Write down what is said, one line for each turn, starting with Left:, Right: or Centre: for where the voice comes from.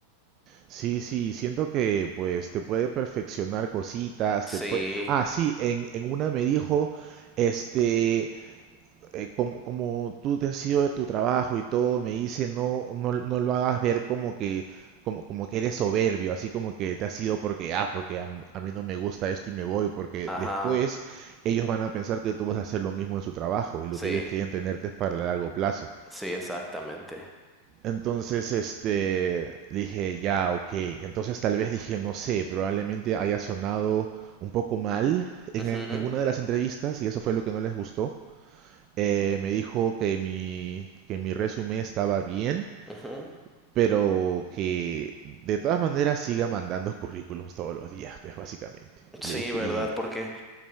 Right: Sí, sí, siento que pues te puede perfeccionar cositas,
Centre: Sí,
Right: te puede... Ah, sí, en, en una me dijo, este, eh, como, como tú te has ido de tu trabajo y todo, me dice, no, no, no lo hagas ver como que, como, como que eres soberbio, así como que te has ido porque, ah, porque a, m- a mí no me gusta esto y me voy, porque
Centre: ajá,
Right: después ellos van a pensar que tú vas a hacer lo mismo en su trabajo y lo
Centre: sí,
Right: que ellos quieren tenerte es para el largo plazo.
Centre: sí, exactamente.
Right: Entonces, este, dije, ya, ok. Entonces tal vez dije, no sé, probablemente haya sonado un poco mal
Centre: Ujú,
Right: en alguna de las entrevistas y eso fue lo que no les gustó. Eh, me dijo que mi, que mi resumen estaba bien,
Centre: ujú.
Right: pero que de todas maneras siga mandando currículums todos los días, pues básicamente.
Centre: Sí,
Right: Le dije,
Centre: ¿verdad?
Right: y
Centre: Porque